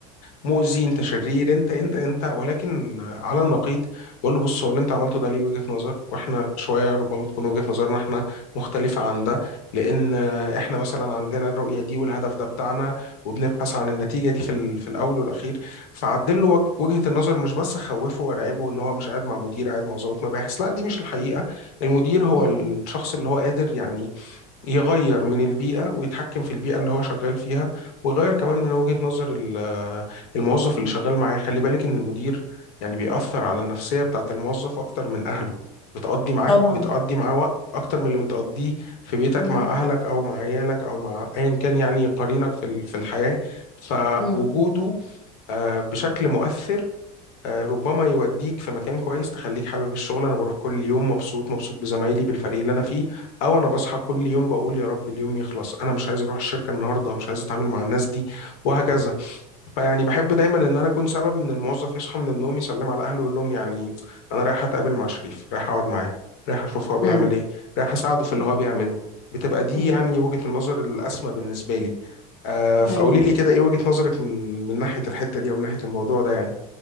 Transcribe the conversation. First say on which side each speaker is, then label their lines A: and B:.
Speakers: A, on the left; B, on the left.
A: مؤذي انت شرير انت انت انت ولكن على النقيض بقول له بص هو اللي انت عملته ده ليه وجهة نظر واحنا شويه ربما تكون وجهة نظرنا احنا مختلفه عن ده لان احنا مثلا عندنا الرؤيه دي والهدف ده بتاعنا وبنبحث عن النتيجه دي في ال- في الاول والاخير فعدل له وج- وجهة النظر مش بس خوفه ورعبه ان هو مش قاعد مع مدير قاعد مع ضابط مباحث لا دي مش الحقيقه المدير هو
B: مم.
A: الشخص اللي هو قادر يعني يغير من البيئة ويتحكم في البيئة اللي هو شغال فيها ويغير كمان من وجهة نظر ال- آه، الموظف اللي شغال معاه خلي بالك إن المدير يعني بيأثر على النفسية بتاعة الموظف أكتر من أهله بتقضي معاك
B: طبعا
A: بتقضي معاه وقت أكتر من اللي بتقضيه في بيتك
B: مم.
A: مع أهلك أو مع عيالك أو مع أيا كان يعني قرينك في ال- في الحياة فوجوده
B: مم.
A: آه، بشكل مؤثر آه، ربما يوديك في مكان كويس تخليك حابب الشغل انا بروح كل يوم مبسوط مبسوط بزمايلي بالفريق اللي انا فيه او انا بصحى كل يوم بقول يا رب اليوم يخلص انا مش عايز اروح الشركه النهارده مش عايز اتعامل مع الناس دي وهكذا فيعني بحب دايما ان انا اكون سبب ان الموظف يصحى من النوم يسلم على اهله ويقول لهم يعني انا رايح اتقابل مع شريف رايح اقعد معاه رايح اشوف هو بيعمل
B: مم.
A: ايه رايح اساعده في اللي
B: مم.
A: هو بيعمله بتبقى دي
B: مم.
A: يعني وجهة النظر الاسمى بالنسبه لي آه،
B: أيوة.
A: فقولي لي كده ايه وجهة نظرك من من ناحيه الحته دي او من ناحيه الموضوع ده يعني